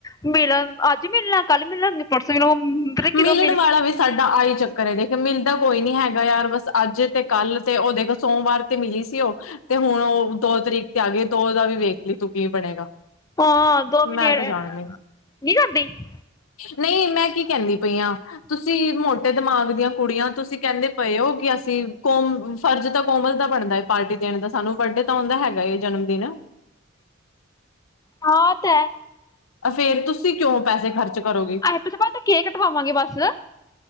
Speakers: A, on the left (about 15°); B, on the left (about 80°).
A: ਮਿਲਣ ਅੱਜ ਮਿਲਣਾ ਕੱਲ ਮਿਲਣਗੇ ਪਰਸੋਂ ਪਤਾ ਕਿਦੋਂ
B: ਮਿਲਣ ਵਾਲਾ ਵੀ। ਸਾਡਾ ਆਈ ਚੱਕਰ ਹੈ, ਦੇਖੋ ਮਿਲਦਾ ਕੋਈ ਨੀ ਹੈਗਾ ਯਾਰ ਬਸ ਅੱਜ ਤੇ ਕੱਲ ਤੇ ਉਹ ਦੇਖੋ ਸੋਮਵਾਰ। ਤੇ ਮਿਲੀ ਸੀ, ਉਹ ਤੇ ਹੁਣ ਉਹ ਦੋ ਤਰੀਕ ਤੇ ਆ ਗਏ ਤੇੋ ਉਹਦਾ ਵੀ ਵੇਖ ਲਈਏ ਤੂੰ ਕੀ ਬਣੇਗਾ।
A: ਹਾਂ ਦੋ
B: ਮੈਂ
A: ਮਹੀਨੇ <unintelligible>
B: ਤਾਂ ਜਾਣਦੀ ਨਹੀਂ ਮੈਂ ਕੀ ਕਹਿੰਦੀ ਪਈ ਤੁਸੀਂ ਮੋਟੇ ਦਿਮਾਗ ਦੀਆਂ ਕੁੜੀਆਂ ਤੁਸੀਂ ਕਹਿੰਦੇ ਪਏ ਹੋ ਕਿ ਅਸੀਂ ਕੌਮ। ਫਰਜ਼ ਤਾਂ ਕੋਮਲ ਦਾ ਬਣਦਾ ਹੈ, ਪਾਰਟੀ ਦੇਣ ਦਾ ਸਾਨੂੰ ਵੱਡੇ ਤਾਂ ਆਉਂਦਾ ਹੈਗਾ ਜਨਮ ਦਿਨ।
A: ਹਾਂ ਤੇ ਹੈ।
B: ਫਿਰ ਤੁਸੀਂ ਕਿਉਂ ਪੈਸੇ ਖਰਚ ਕਰੋਗੇ?
A: ਇਸ ਤੋਂ ਬਾਅਦ ਕੇਕ ਕਟਵਾਂਗੇ ਬੱਸ।